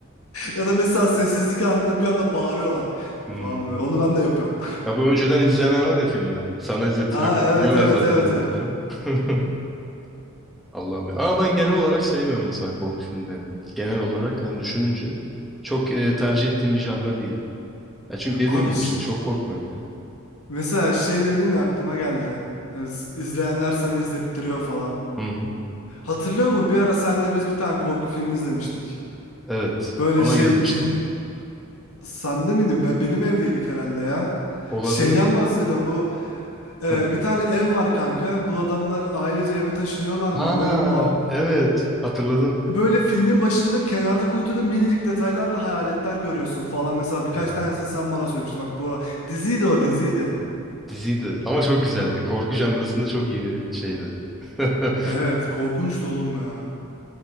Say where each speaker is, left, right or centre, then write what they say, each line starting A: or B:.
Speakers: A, on the left; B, in the centre.
A: Ya da mesela sessizlik anında bir anda bağırıyorlar
B: Hmm.
A: falan böyle. Onu ben de yapıyorum.
B: Ya bu önceden izlemeler var ya filmi. Sana
A: <laughs>
B: izlettiriyorlar.
A: Ha evet
B: Biliyorlar
A: evet
B: zaten
A: evet
B: ne olacağını.
A: evet.
B: <laughs> Allah'ım. ya. Ama ben genel olarak sevmiyorum mesela korku filmlerini. Genel olarak hani düşününce çok e, tercih ettiğim bir janra değil. Ya çünkü dediğim
A: Abi
B: gibi
A: ş-
B: işte çok korkmuyorum yani.
A: mesela şey dedin ya aklıma geldi. Hani s- izleyenler sana izlettiriyor falan.
B: Hı hı.
A: Hatırlıyor musun? Bir ara senle biz bir tane korku filmi izlemiştik.
B: Evet.
A: Böyle
B: Bana
A: şey
B: gelmiştim.
A: cin sende miydin? Ben benim evdeydik herhalde ya.
B: Olabilir.
A: Şeyden bahsediyorum. Bu e,
B: Ha.
A: bir tane ev var kanka. Bu adamlar ailece eve taşınıyorlar
B: Ha,
A: mı? Böyle muhab
B: evet. Hatırladım.
A: Böyle filmin başında kenarda kuytuda minicik detaylarla hayaletler görüyorsun falan. Mesela birkaç
B: Evet.
A: tanesini sen bana söylemiştin. Bak bu diziydi o diziydi.
B: Diziydi. Ama çok güzeldi. Korku janrasında çok iyi bir şeydi. <laughs>
A: Evet korkunçtu oğlum ya.